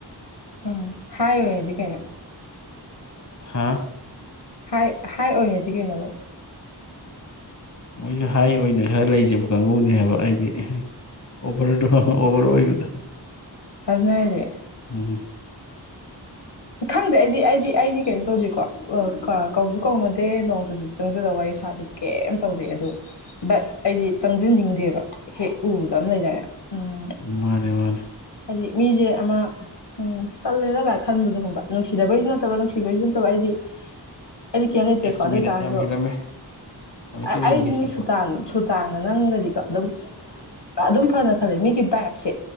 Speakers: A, on the left; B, on the left.
A: ꯎꯝ ꯍꯥꯏ ꯑꯣꯏꯗꯤ ꯀꯩꯅ‌ꯣ
B: ꯍꯥꯥ
A: ꯍꯥꯏ ꯍꯥꯏ ꯑꯣꯏ ꯍꯥꯏꯌ‌ꯦꯗꯤ ꯀꯩꯅ‌ꯣꯕ
B: ꯃꯣꯏꯁꯨ ꯍꯥꯏ ꯑꯣꯏꯅ ꯈꯔ ꯂꯩꯖꯕ ꯀꯥꯡꯕꯨꯅꯦ ꯍꯥꯏꯕ ꯍꯥꯏꯗꯤ ꯑꯣꯚꯔꯗꯣ ꯑꯣꯚꯔ ꯑꯣꯏꯕꯗꯣ
A: ꯑꯗꯨꯅꯤ ꯍꯥꯏꯁꯦ
B: ꯎꯝ
A: ꯈꯪꯗꯦ ꯑꯩꯗꯤ ꯑꯩꯗꯤ ꯑꯩꯗꯤ ꯀꯩꯅꯣ ꯇꯧꯗꯦꯀꯣ ꯀꯧꯁꯨ ꯀꯧꯅꯗꯦ ꯅꯣꯡꯇꯁꯨ ꯆꯪꯖꯗꯕ ꯋꯥꯔꯤ ꯁꯥꯗꯤ ꯀꯩꯝ ꯇꯧꯗꯦ ꯑꯗꯨ ꯕꯠ ꯑꯩꯗꯤ ꯆꯪꯁꯤꯟꯅꯤꯡꯗꯦꯕ ꯍꯦꯛ ꯎꯕꯗ ꯑꯃ ꯂꯩꯗꯥꯏꯅꯦ ꯎꯝ
B: ꯃꯥꯅꯦ ꯃꯥꯅꯦ
A: ꯍꯥꯏꯗꯤ ꯃꯤꯁꯦ ꯑꯃ ꯎꯝ ꯇꯜꯂꯦꯔꯒꯥꯏ ꯈꯟꯕꯗ ꯍꯨꯛ ꯅꯨꯡꯁꯤꯕꯩꯁꯨ ꯅꯠꯇꯕ ꯅꯨꯡꯁꯤꯕꯩꯁꯨ ꯅꯠꯇꯕ ꯑꯩꯗꯤ ꯑꯩꯗꯤ ꯀꯩꯝ ꯂꯩꯇꯦꯀꯣ
B: ꯑꯦꯁ
A: ꯑꯗꯨ
B: ꯃꯤꯅꯠ
A: ꯑꯣꯏꯇꯥꯔꯁꯨ
B: ꯌꯥꯝ ꯍꯦꯜꯂꯝꯃꯦ ꯁꯝꯃꯤꯠ ꯇꯧꯁꯤꯟꯒꯦ
A: ꯑꯩ ꯅꯣꯏ
B: ꯍꯥꯏꯀꯣ
A: ꯁꯨꯇꯥꯟ ꯁꯨꯇꯥꯟꯒ ꯅꯪꯒꯗꯤꯀꯣ ꯑꯗꯨꯝ ꯑꯗꯨꯝ ꯐꯅ ꯈꯜꯂꯤꯦ ꯃꯤꯒꯤ ꯕꯥꯥꯏꯞꯁꯦ